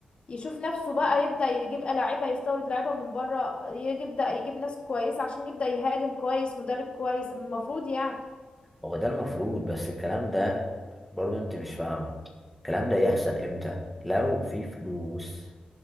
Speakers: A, on the left (about 45°); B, in the centre.
A: يشوف نفسه بقى يبدا يجيب لعيبه يستورد لعيبه من بره يبدا يجيب ناس كويسه عشان يبدا يهاجم كويس مدرب كويس المفروض يعني
B: هو ده المفروض بس الكلام ده برضه انت مش فاهمه الكلام ده يحصل امتى لو في فلوس